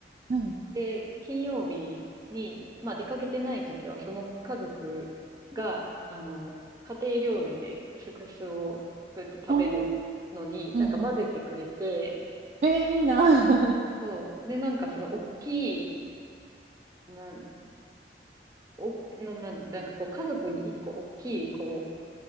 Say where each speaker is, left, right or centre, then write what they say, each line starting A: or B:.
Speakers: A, on the right; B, on the right.
A: はい。
B: で、金曜日に、まあ、出かけてない時は、その家族が、あの、家庭料理でクスクスを作って食べるの、
A: ああ、うん
B: のに、
A: う
B: なんか混ぜてくれて、
A: ん。えー、いいな。<laughs>
B: そう。で、なんかその大きい、なん、んお、な、な、なんかこう家族に一個大きいこう